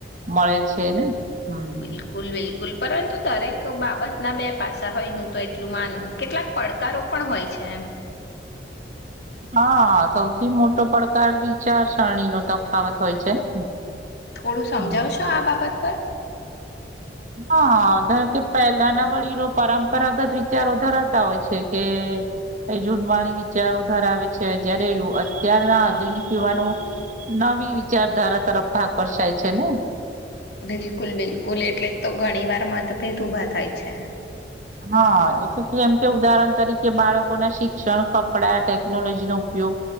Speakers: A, on the right; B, on the left.
A: મળે છે, ને? હમ
B: બિલકુલ, બિલકુલ. પરંતુ, દરેક બાબતના બે પાસા હોય. હું તો એટલું માનું, કેટલાક પડકારો પણ હોય છે એમ.
A: હા, સૌથી મોટો પડકાર વિચારસરણી નો તફાવત હોય છે, ને?
B: થોડું સમજાવશો
A: હમ
B: આ બાબત પર?
A: હા, ઓકે. પહેલા ના વડીલો પરંપરાગત વિચારો ધરાતા હોય છે કે એ જૂથવાણી વિચારો ધરાવે છે, જયારે અત્યારના આધુનિક યુવાનો નવી વિચારધારા તરફ ભાગ વર્સાય છે ને.
B: બિલકુલ, બિલકુલ. એટલે જ તો ઘણી વાર મતભેદ ઉભા થાય છે.
A: હા, એટલે કેમ કે ઉદાહરણ તરીકે બાળકો ના શિક્ષણ, કપડા, ટેકનોલોજીનો ઉપયોગ